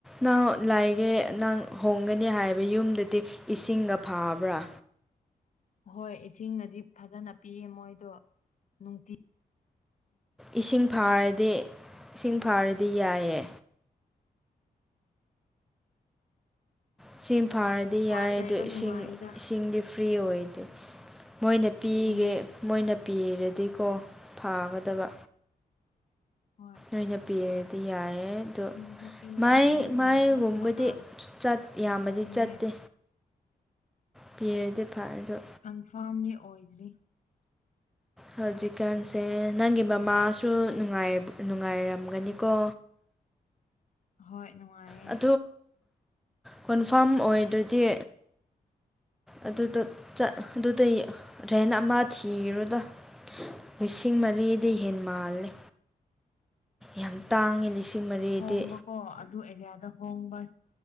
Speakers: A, in the centre; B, on the left (about 50°).
A: ꯅꯍꯪ ꯂꯥꯏꯒꯦ ꯅꯪ ꯍꯣꯡꯒꯅꯤ ꯍꯥꯏꯕ ꯌꯨꯝꯗꯗꯤ ꯏꯁꯤꯡꯒ ꯐꯥꯕ꯭ꯔꯥ
B: ꯍꯣꯏ ꯏꯁꯤꯡꯅꯗꯤ ꯐꯖꯅ ꯄꯤꯌꯦ ꯃꯣꯏꯗꯣ ꯅꯨꯡꯇꯤ
A: ꯏꯁꯤꯡ ꯐꯥꯔꯗꯤ ꯏꯁꯤꯡ ꯐꯥꯔꯗꯤ ꯌꯥꯏꯌꯦ ꯏꯁꯤꯡ ꯐꯥꯔꯗꯤ
B: ꯋꯥꯏ
A: ꯌꯥꯏ
B: ꯂꯩꯕ
A: ꯑꯗꯨ
B: ꯅꯨꯡꯉꯥꯏꯗ
A: ꯏꯁꯤꯡ ꯏꯁꯤꯡꯗꯤ ꯐ꯭ꯔꯤ ꯑꯣꯏ ꯑꯗꯨ ꯃꯣꯏꯅ ꯄꯤꯒꯦ
B: ꯎꯝ
A: ꯃꯣꯏꯅ ꯄꯤꯔꯗꯤꯀꯣ ꯐꯥꯒꯗꯕ
B: ꯍꯣꯏ
A: ꯅꯣꯏꯅ ꯄꯤꯔꯗꯤ ꯌꯥꯏ ꯑꯗꯣ
B: ꯏꯁꯤꯡꯁꯨ ꯄꯤꯌꯦ
A: ꯃꯥꯏ
B: ꯑꯗꯨꯕꯨ
A: ꯃꯥꯏꯒꯨꯝꯕꯗꯤ
B: ꯃꯊꯛꯒꯨꯝꯕ ꯀꯥꯕ
A: ꯌꯥꯝꯃꯗꯤ
B: ꯌꯥꯏꯌꯦ
A: ꯆꯠꯇꯦ ꯄꯤꯔꯗꯤ ꯐꯔ ꯑꯗꯣ
B: ꯀꯟꯐꯥꯔꯝꯅꯤ ꯑꯣꯏꯗ꯭ꯔꯤ
A: ꯍꯧꯖꯤꯛꯀꯥꯟꯁꯦ ꯅꯪꯒꯤ ꯃꯃꯥꯁꯨ ꯅꯨꯡꯉꯥꯏꯔꯝꯒꯅꯤꯀꯣ
B: ꯍꯣꯏ ꯅꯨꯡꯉꯥꯏ
A: ꯑ ꯀꯣꯟꯐꯥꯝ ꯑꯣꯏꯗ꯭ꯔꯗꯤ ꯑꯗꯨꯗ ꯑꯗꯨꯗꯩ ꯔꯦꯅ ꯑꯃ ꯊꯤꯔꯨꯗ ꯂꯤꯁꯤꯡ ꯃꯔꯤꯗꯤ ꯍꯦ ꯃꯥꯜꯂꯦ ꯌꯥꯝ ꯇꯥꯡꯉꯤ ꯂꯤꯁꯤꯡ ꯃꯔꯤꯗꯤ
B: ꯍꯣꯡꯕꯀꯣ ꯑꯗꯨ ꯑꯦꯔꯤꯌꯥꯗ ꯍꯣꯡꯕ